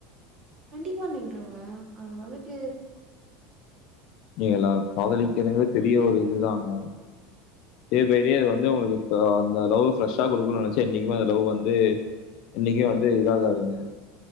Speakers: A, on the right (about 25°); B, on the left (about 45°).
A: கண்டிப்பா நில் விட்ருங்க அது வந்துட்டு
B: நீங்களாம் காதலிக்கிறதுங்கிறது பெரிய ஒரு இதுதாங்க டே பை டே இது வந்து உங்களுக்கு ஆஹ் அந்த லவ் ஃப்ரெஷ்ஷா குடுக்கணும்னு நெனைச்சா என்னைக்குமே அந்த லவ் வந்து என்னைக்குமே வந்து இதாகாதுங்க